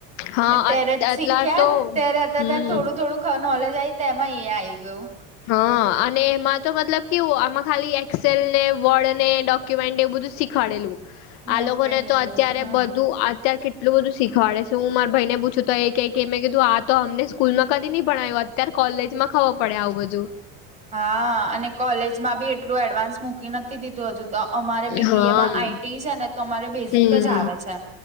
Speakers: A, on the left; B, on the right.
A: હા
B: ત્યારે
A: અત એટલા
B: શીખ્યા
A: તો
B: ત્યારે અ ત્યારે
A: હમ
B: થોડું થોડુંક. નલેજ આ તો એમાં એ આ આવી ગયું.
A: હા અને એમાં તો મતલબ કેવું આમાં ખાલી એક્સેલને વોર્ડ ને ડોક બું શીખડેલું
B: નોટપેડ
A: આ લોકોને
B: ને
A: તો
B: એવું
A: અત્યારે
B: બધું હા
A: બધું અત્યારે એટલું બધુંીખડે છે હું મા ભાઈને પૂછું તો એ મે કીધું આ તો અમને સ્કૂલમાં કદી નઈ ભણાવ્યું ત્યારે કોલેજમાં ખબર પડે આવું બધું
B: હા અને કોલેજમાં બી એટલું એડવાન્સ મૂકી નથી દીધું હજુ તો અમારે
A: હમ
B: બીબી એમાં આઈટી છે ને તો અમારે બેઝિક
A: હમ
B: જ આવે છે